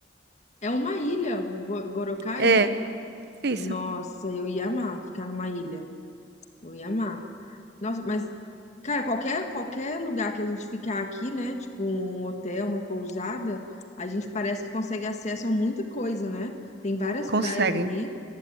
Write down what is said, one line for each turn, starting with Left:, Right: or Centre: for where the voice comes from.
Left: É uma ilha, Bo- Boracay,
Right: É,
Left: né?
Right: isso.
Left: Nossa, eu ia amar ficar numa ilha. Eu ia amar. Nossa, mas, cara, qualquer, qualquer lugar que a gente ficar aqui, né? Tipo um hotel, uma pousada, a gente parece que consegue acesso a muita coisa, né? Tem várias
Right: Consegue.
Left: praias ali.